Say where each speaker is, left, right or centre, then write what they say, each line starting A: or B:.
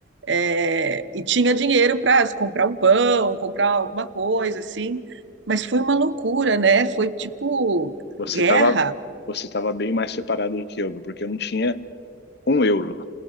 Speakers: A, on the right; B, on the left.
A: é, e tinha dinheiro para comprar um pão, comprar alguma coisa, assim. Mas foi uma loucura, né? Foi tipo
B: Você
A: guerra.
B: estava você tava bem mais preparado do que eu, porque eu não tinha um euro.